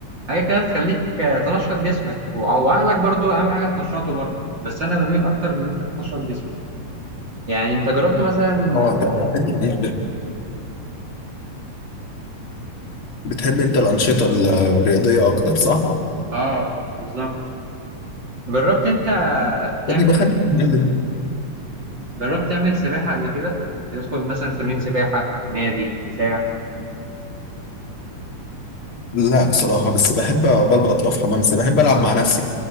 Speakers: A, on the right (about 35°); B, on the left (about 45°).
A: حاجه كده تخليك آه، تنشط جسمك وع- وعقلك برضو اهم حاجه تنشطه برضو بس انا بميل اكتر ان انت تنشط جسمك يعني انت جربت مثلا
B: اه
A: قبل
B: انت بتحب
A: كده تعمل
B: انت
A: سباحه
B: الأنشطة بتحب انت الأنشطة الرياضية أكتر صح؟
A: اه بالظبط جربت انت
B: فبيبقى
A: تعمل
B: خليك تتكلم.
A: جربت تعمل سباحه قبل كده تدخل مثلا تمرين سباحه نادي بتاع
B: لا بصراحة بس بحب بلبط أقف حمام بس بحب ألعب مع نفسي